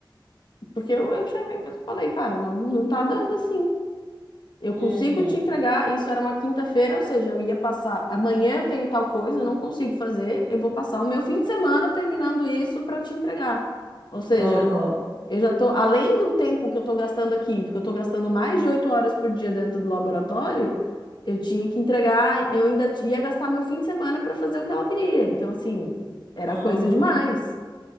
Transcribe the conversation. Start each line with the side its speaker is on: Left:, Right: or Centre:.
Left: Porque eu, eu cheguei e falei, cara, não, não tá dando assim. Eu
Right: Uhum,
Left: consigo te entregar. Isso era uma quinta-feira, ou seja, eu ia passar. Amanhã eu tenho tal coisa, eu não consigo fazer. Eu vou passar o meu fim de semana terminando isso pra te entregar. Ou seja.
Right: uhum,
Left: Eu já tô, além do tempo que eu tô gastando aqui, porque eu tô gastando mais de oito horas por dia dentro do laboratório, eu tinha que entregar, eu ainda ti- ia gastar meu fim de semana para fazer o que ela queria. Então, assim, era
Right: uhum.
Left: coisa demais.